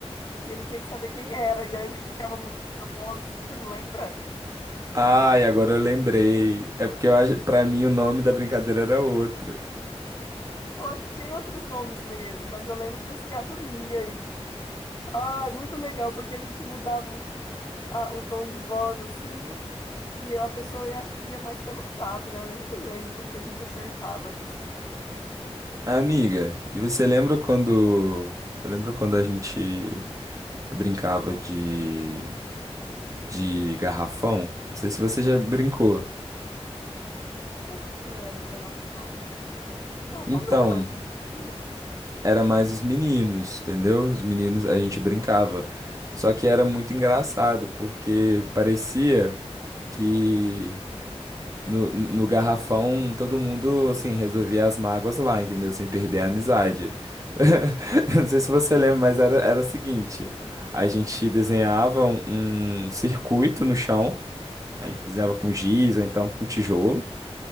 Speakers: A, on the left; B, on the right.
A: E ele tinha que saber quem era, e aí a gente ficava mudando a voz. Você não lembra?
B: Ai, agora eu lembrei. É porque eu acho, para mim o nome da brincadeira era outro.
A: Eu acho que tem outros nomes mesmo, mas eu lembro desse gato mia aí. Ai, muito legal, porque a gente mudava os- a- o tom de voz assim. E a pessoa eu acho que ia mais pelo tato, né? Eu nem lembro como que a gente acertava isso.
B: Amiga, e você lembra quando. Você lembra quando a gente brincava de, de garrafão? Não sei se você já brincou.
A: Como que era o garrafão? Garrafão
B: Então,
A: não era mais os meninos?
B: era mais os meninos, entendeu? Os meninos a gente brincava. Só que era muito engraçado, porque parecia. que No, no garrafão, todo mundo, assim, resolvia as mágoas lá, entendeu? Sem perder a amizade. <laughs> Não sei se você lembra, mas era, era o seguinte: a gente desenhava um, um circuito no chão, a gente desenhava com giz ou então com tijolo.